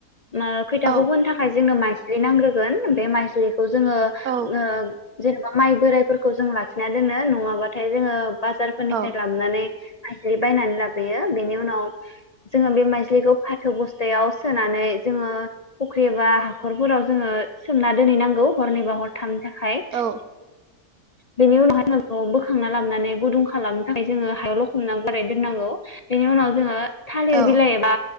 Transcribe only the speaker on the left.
मो खैथाखौ
फोनो थाखाय जोंनो माइज्लि नांग्रो गोन बे माइज्लि खौ जोङो
ओ जेनेबा माइ बोराइफोरखौ जों लाखिना दोनो नङाबाथाय जोङो बाजारफोरनिफ्राय
लाबनानै माइज्लि बायनानै लाबोयो बेनि उनाव जोङो बे माइज्लिखौ फाथो ब'स्थायाव सोनानै जोङो फुख्रि बा हाखरफोराव जोङो सोमना दोनहैनांगौ हरनैबा हरथामनि थाखाय
बेनि उनावहाय <unintelligible> बोखांना लाबनानै गुदुं खालामनो थाखाय जोङो हायाव लखबना गारना दोननांगौ बेनि उनाव जोङो थालिर
बिलाइ एबा